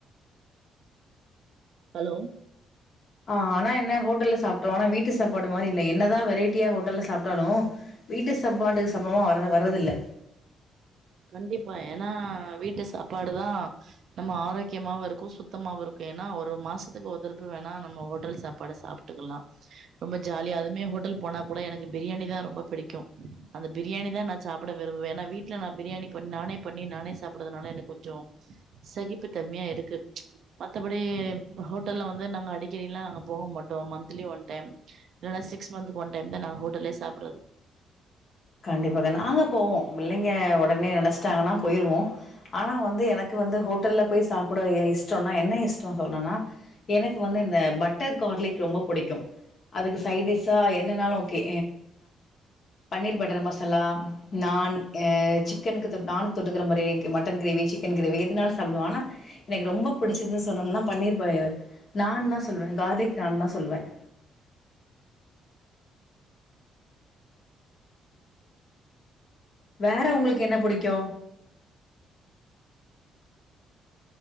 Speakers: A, on the right (about 65°); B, on the left (about 50°).
A: ஹலோ
B: ஆஹ் ஆன என்ன ஹோட்டல்ல சாப்பிட்டோம் ஆனா வீட்டு சப்பாடு மாரி இல்ல என்னதான் வெரைட்டியா ஹோட்டல்ல சாப்பிட்டாலும் வீட்டு சாம்பாட்டு சபமா வர வரறதில்ல
A: கண்டிப்பா ஏனா வீட்டு சாப்பாடுதான் நம்ம ஆரோக்கியமாகவும் இருக்கும் சுத்தமாகவும் இருக்கும் ஏனா ஒரு மாசத்துக்கு ஒதரப்பு வேணா நம்ம ஹோட்டல் சாப்பாடு சாப் ட்க்கலா ரொம்ப ஜாலிய அதுமே ஹோட்டல் போனா கூட எனக்கு பிரியாணி தான் ரொம்ப பிடிக்கும் அந்த பிரியாணி தான் நான் சாப்பிட விரும்பேன் ஏனா வீட்ல நான் பிரியாணி பண்ணி நானே பண்ணி நானே சாப்படுதுனால எனக்கு கொஞ்ச சகிப்பு தன்மையா இருக்கு மத்தபடி ஹோட்டல்ல வந்து நாங்க அடிக்கடில்லா நாங்க போக மாட்டோ மந்த்லி ஒன் டைம் இல்லனா சிக்ஸ் மந்த் ஒன்டைம் தான் நா ஹோட்டலே சாப்டறது
B: கண்டிப்பா கண்டி நாங்க போவோம் பிள்ளைங்க ஒடனே நெனச்சிட்டாங்கன்னா போயிருவோ ஆனா வந்து எனக்கு வந்து ஹோட்டல்ல போய் சாப்ட ஏன் இஷ்டம்னா என்ன இஷ் டோ சொல்லுனுனா எனக்கு வந்து இந்த பட் டர்கார்லிக் ரொம்ப பிடிக்கும் அதுக்கு சைட் டிஷ்ஷா என்னனாலு ஓகே பன்னீர் பட் மசாலா நான் சிக்கனுக்கு நானு தொட்டுக்கிற மாரி ஏக் மட்டன் கிரேவி சிக் கிற எதான சாப்படுவா ஆனா எனக்கு ரொம்ப பிடிச்சதுன்னு சொலனும்னா பன்னீர் நான் தான் சொல்லுவேன் கார்லிக் நான் தான் சொல்லுவேன் வேற உங்களுக்கு என்ன புடிக்கு